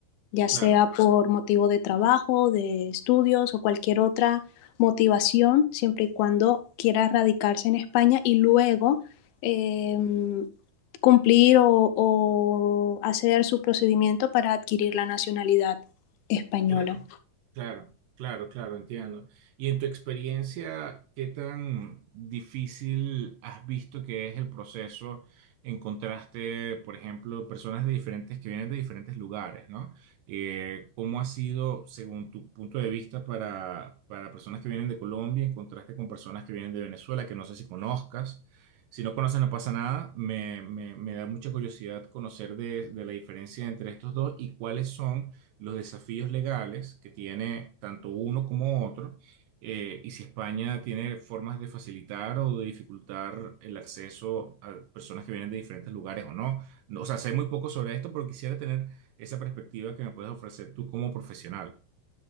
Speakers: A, on the left; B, on the right.
A: ya sea
B: Claro.
A: por motivo de trabajo, de estudios o cualquier otra motivación, siempre y cuando quiera radicarse en España y luego eh, cumplir o, o hacer su procedimiento para adquirir la nacionalidad española.
B: Claro, claro, claro, claro, entiendo. Y en tu experiencia, ¿qué tan difícil has visto que es el proceso? Encontraste, por ejemplo, personas de diferentes que vienen de diferentes lugares, ¿no? Eh, ¿cómo ha sido, según tu punto de vista, para, para personas que vienen de Colombia, en contraste con personas que vienen de Venezuela, que no sé si conozcas? Si no conoces, no pasa nada. Me, me- me da mucha curiosidad conocer de de la diferencia entre estos dos y cuáles son los desafíos legales que tiene tanto uno como otro, eh, y si España tiene formas de facilitar o de dificultar el acceso a personas que vienen de diferentes lugares o no. No, O sea, sé muy poco sobre esto, pero quisiera tener esa perspectiva que me puedes ofrecer tú como profesional.